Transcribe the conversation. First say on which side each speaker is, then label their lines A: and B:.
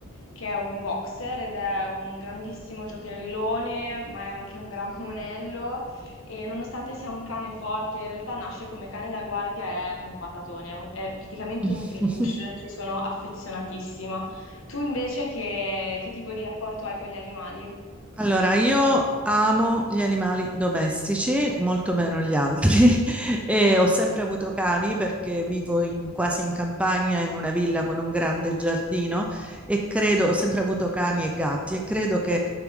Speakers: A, on the left (about 65°); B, in the centre.
A: che è un boxer ed è un grandissimo giocherellone, ma è anche un gran monello e nonostante sia un cane forte, in realtà nasce come cane da guardia, è un patatone, è, un- è praticamente
B: <laughs>
A: un peluche, ci sono affezionatissima. Tu invece che, che tipo di rapporto hai con gli animali?
B: Allora, io amo gli animali domestici, molto meno gli altri, <laughs> e ho sempre avuto cani perché vivo in- quasi in campagna, in una villa con un grande giardino e credo, ho sempre avuto cani e gatti e credo che